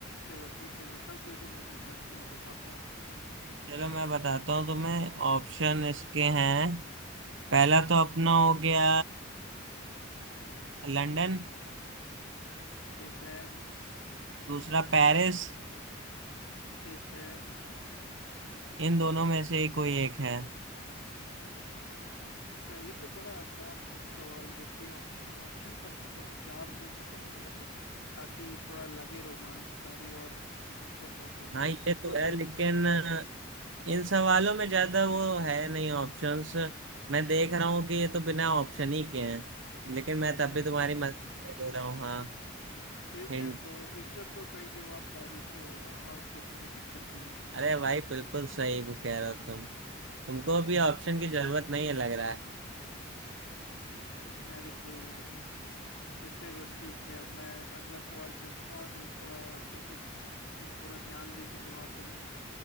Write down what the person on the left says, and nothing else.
चलो ठीक है विकल्प दे दो मुझे ताकि मैं बता पाऊँ
ठीक है
ठीक है
अच्छा ये तो बड़ा आसान सा सवाल दे दिए ऑप्शन ऑप्शन कम से कम चार दो तो बढ़िया लगे ताकि थोड़ा लगे रोमांचकारी और अच्छा खासा
तो
इस
अच्छा
अच्छा
ठीक
है तो इसका तो सही जवाब पेरिस ही होगा और कुछ में दिक्कत नहीं है
<laughs> अरे कोई बात नहीं तो चलो ठीक है अब मैं अगला सवाल पूछता हूँ और ये थोड़ा अच्छे से हम्म, थोड़ा ध्यान दे के जवाब देना